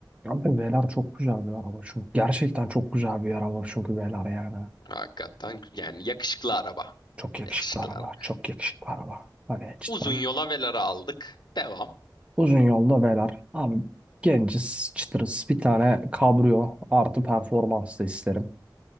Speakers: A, on the right (about 15°); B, on the left (about 65°).
A: Abi Velar çok güzel bir araba çünkü. Gerçekten çok güzel bir araba çünkü Velar yani.
B: Hakikaten yani yakışıklı araba.
A: Çok yakışıklı
B: Yakışıklı
A: araba.
B: araba.
A: Çok yakışıklı araba. Hani cidden.
B: Uzun yola Velar'ı aldık. Devam.
A: Uzun yolda Velar. Abi genciz, çıtırız. Bir tane kabrio artı performans da isterim.